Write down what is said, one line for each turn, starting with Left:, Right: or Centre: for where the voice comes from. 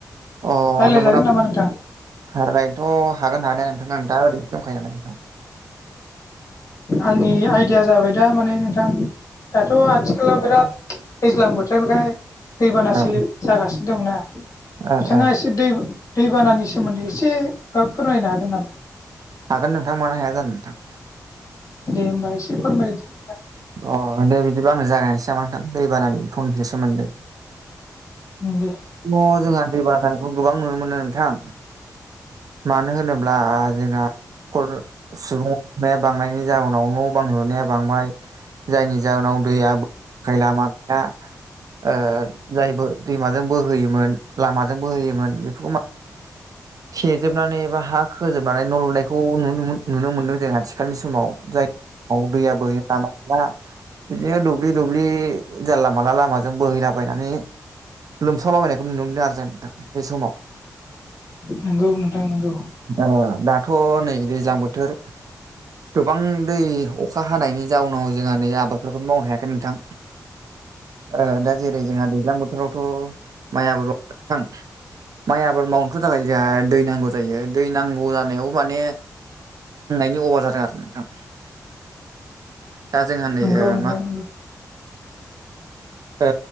Right: अ
Left: रायज्लायजागोन
Right: नंगौना
Left: नामा नोंथां
Right: <inaudible> रायनोथ' हागोन हानाया नोंथां आं दा ओरैनसो दंखायो नालाय नोंथां
Left: आंनि आयदाया जाबाय दा माने नोंथां दाथ' आथिखालाव बिराद दैज्लां बोथोरखाय दैबाना सोलि
Right: औ
Left: जागासिनो दंना बिथाङा
Right: ओ ओ
Left: इसे दै दैबानानि सोमोन्दै इसे ओ फोरमायनो हागोन नामा?
Right: हागोन नोंथां मानो हाया जानो नोथां
Left: दे होमबा एसे फोरमायदो
Right: अ दे बिदिबा आंनो जागायनोसै नामा नोंथां दै बानानि फंनैसो सोमोन्दो
Left: उम दे
Right: म जोंहा दै बानाखौ गोबां नुनो मोनो नोंथां मानो होनो ब्ला जोंहा खर सुबुं बांनायनि जाउनाव न' बां लुनाया बांबाय जायनि जाहोनाव दैया खायलामा ङा ओ जायबो दैमाजों बोहोयोमोन लामाजों बोहोयोमोन बेफोखो मा
Left: <inaudible>
Right: थेेजोबनानै एबा हा खोजोबनानै न' लुनायखौ नुनोमोन नुनो मोन्दों जों आथिखालनि समाव जाय औ दैया बोहैनान' दा बिदिनो दुब्लि दुब्लि जानला मानला लामाजों बोहैलाबायनानै लोमसावलाबायनायखौ नुनो मोनदों आरो जों नोंथां बे समाव
Left: नंगौ नोंथां नंगौ
Right: <inaudible> ओ दाथ' नै दैज्लां बोथोर गोबां दै अखा हानायनि जाउनाव जोंहा नै आबादफोरखौनो मावनो हायाखै नोंथां ओ दा जेरै जोंहा दैज्लां बोथ थोरावथ' माइ आबाद <unintelligible> माइ आबाद मावनोथ' थाखाय जोंहा दै नांगौ जायो दै नांगौ जानायाव माने बुंनायनि अभार जादों आरो नोंथां दा जोंहा नै
Left: नंगौ
Right: ओ
Left: नोंथां
Right: मा
Left: नंगौ <inaudible>
Right: ओ